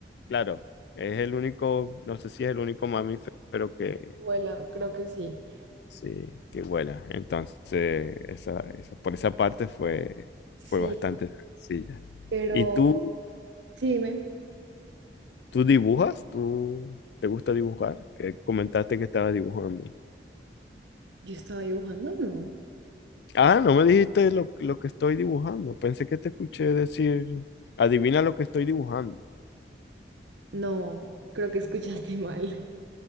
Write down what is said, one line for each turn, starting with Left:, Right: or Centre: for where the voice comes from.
Left: claro, es el único, no sé si es el único mamífero que,
Right: Vuela, creo que sí.
Left: sí, que vuela. Entonces, esa, esa, por esa parte fue,
Right: Sí,
Left: fue bastante sencilla.
Right: pero
Left: ¿Y tú,
Right: sí, dime.
Left: tú dibujas? ¿Tú te gusta dibujar? Que comentaste que estabas dibujando.
Right: ¿Yo estaba dibujando? No.
Left: Ah, no me dijiste lo, lo que estoy dibujando. Pensé que te escuché decir, adivina lo que estoy dibujando.
Right: No, creo que escuchaste mal. <laughs>